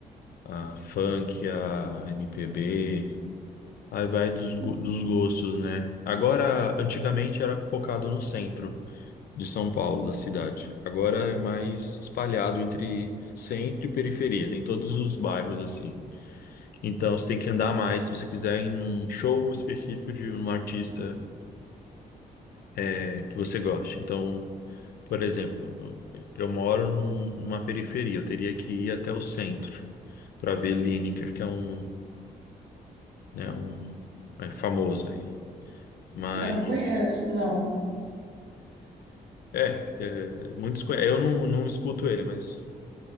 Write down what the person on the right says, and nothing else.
Hum,
Eu não conheço, não.